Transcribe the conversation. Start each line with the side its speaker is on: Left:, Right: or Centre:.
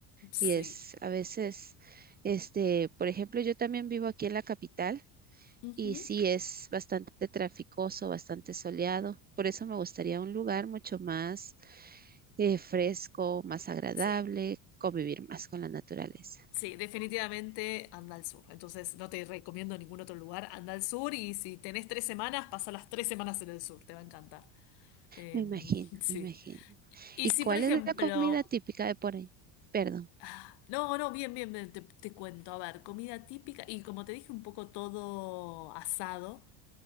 Left: Sí.
Right: Y es a veces, este, por ejemplo, yo también vivo aquí en la capital.
Left: Ujú.
Right: Y sí, es bastante traficoso, bastante soleado. Por eso me gustaría un lugar mucho más eh, fresco, más agradable,
Left: Sí.
Right: convivir más con la naturaleza.
Left: Sí, definitivamente anda al sur. Entonces no te recomiendo ningún otro lugar. Anda al sur y si tenés tres semanas, pasa las tres semanas en el sur. Te va a encantar. Em,
Right: Me imagino,
Left: <laughs> sí.
Right: me imagino.
Left: Y
Right: ¿Y
Left: si,
Right: cuál
Left: por ejemplo...
Right: es la comida típica de por ahí? Perdón.
Left: ah, No, no, bien, bien, bien, te, te cuento. A ver, comida típica. Y como te dije, un poco todo asado.